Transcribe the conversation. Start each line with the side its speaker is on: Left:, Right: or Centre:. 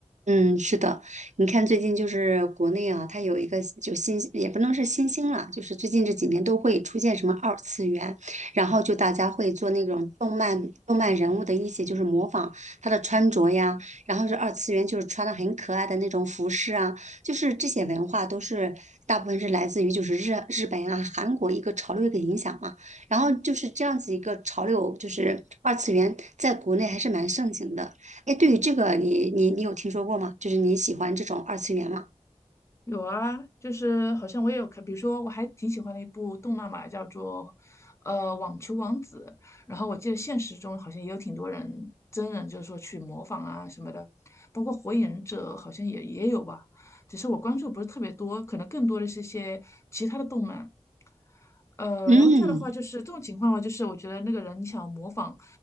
Right: 嗯，是的，你看最近就是国内啊，它有一个就新，也不能是新兴了，就是最近这几年都会出现什么二次元，然后就大家会做那种动漫动漫人物的一些就是模仿他的穿着呀，然后是二次元就是穿的很可爱的那种服饰啊，就是这些文化都是大部分是来自于就是日日本啊、韩国一个潮流一个影响嘛，然后就是这样子一个潮流，就是二次元在国内还是蛮盛行的。哎，对于这个你，你你有听说过吗？就是你喜欢这种二次元吗？
Left: 有啊，就是好像我也有看，比如说我还挺喜欢的一部动漫嘛，叫做呃《网球王子》，然后我记得现实中好像也有挺多人真人就是说去模仿啊什么的，包括《火影忍者》好像也也有吧，只是我关注不是特别多，可能更多的是一些其他的动漫。呃，
Right: 嗯
Left: 然后这样的话就是这种情况的话，就是我觉得那个人你想模仿